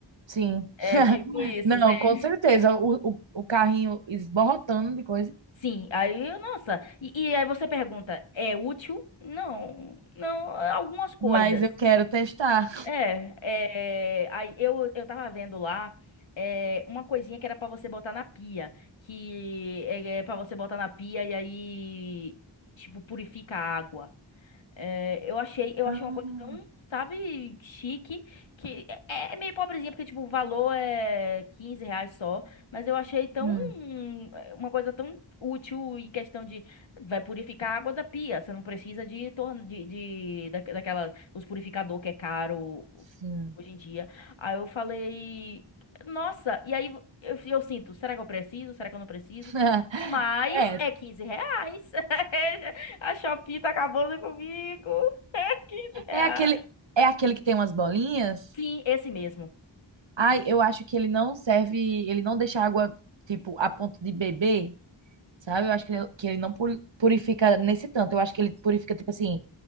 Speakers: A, on the right; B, on the left.
A: sim.
B: É tipo isso,
A: Não,
B: você...
A: com certeza. O, o, o carrinho esborrotando de coisa,
B: <laughs> Sim, aí, eu- nossa, e, e aí você pergunta, é útil? Não, não, algumas coisas.
A: mas eu quero testar.
B: É, é, aí eu, eu tava vendo lá é, uma coisinha que era pra você botar na pia, que é, é para você botar na pia e aí, tipo, purifica a água. É, eu achei, eu
A: Ah,
B: achei uma coisa tão, sabe, chique, que é é meio pobrezinha, porque, tipo, o valor é 15 reais só, mas eu achei tão,
A: hum,
B: uma coisa tão útil em questão de, vai purificar a água da pia, você não precisa de, torn- de, de da- daquelas, os purificador que é caro
A: sim.
B: hoje em dia. Aí eu falei, nossa, e aí eu, eu sinto, será que eu preciso, será que eu não preciso?
A: <laughs>
B: Mas
A: É,
B: é 15 reais. <laughs> A Shopee tá acabando comigo. <laughs> quinze reais.
A: é aquele, é aquele que tem umas bolinhas.
B: Sim, esse mesmo.
A: Ai, eu acho que ele não serve, ele não deixa água, tipo, a ponto de beber, sabe? Eu acho que ele, que ele não puri- purifica nesse tanto. Eu acho que ele purifica, tipo assim,